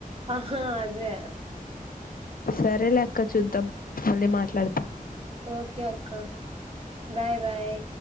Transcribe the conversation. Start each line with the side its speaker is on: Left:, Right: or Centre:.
Right: ఆహా అదే
Left: సరే లెక్క చూద్దాం మళ్ళీ మాట్లాడతా
Right: ఓకే అక్క బాయ్ బాయ్